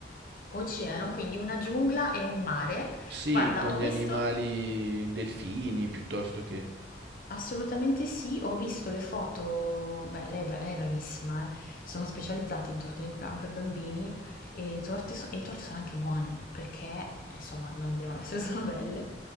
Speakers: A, on the left; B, on the right.
A: Oceano, quindi una giungla e un mare.
B: Sì,
A: Guarda,
B: con
A: ho
B: gli
A: visto
B: animali, delfini piuttosto che...
A: Assolutamente sì, ho visto le foto, beh, lei è, bra- è bravissima, eh. Sono specializzati in torte d'inquadrama per bambini e le torte, so- e le torte sono anche buone perché, insomma, non devono essere <laughs> solo belle.